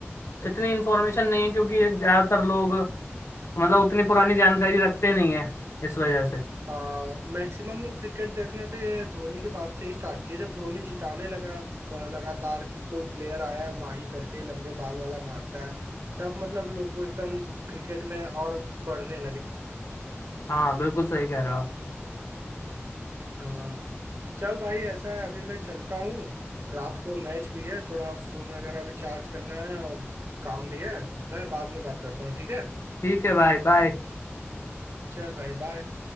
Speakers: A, on the left; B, on the right.
A: अ, इतनी इन्फॉर्मेशन नहीं है क्योंकि ज़्यादातर लोग मतलब उतनी पुरानी जानकारी रखते नहीं है इस वजह से
B: हाँ मैक्सिमम लोग क्रिकेट देखना तो ये धोनी के बाद से ही स्टार्ट किया जब धोनी जिताने लगा अ, लगातार कि कोई प्लेयर आया है माही करके लंबे बाल वाला मारता है तब मतलब लोग को एकदम क्रिकेट में और बढ़ने
A: हाँ बिल्कुल सही कह रहे हो आप
B: लगे चल भाई ऐसा है अभी मैं चलता हूँ रात को मैच भी है थोड़ा फोन वगैरह भी चार्ज करना है और काम भी है मैं बाद में बात करता हूँ ठीक है
A: ठीक है भाई बाय
B: चल भाई बाय